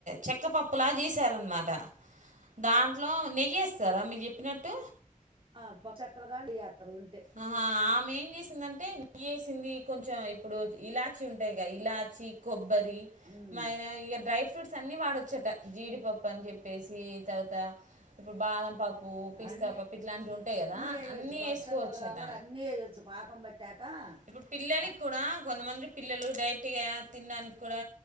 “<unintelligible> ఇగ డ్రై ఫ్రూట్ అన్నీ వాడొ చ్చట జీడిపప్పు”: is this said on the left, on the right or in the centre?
Right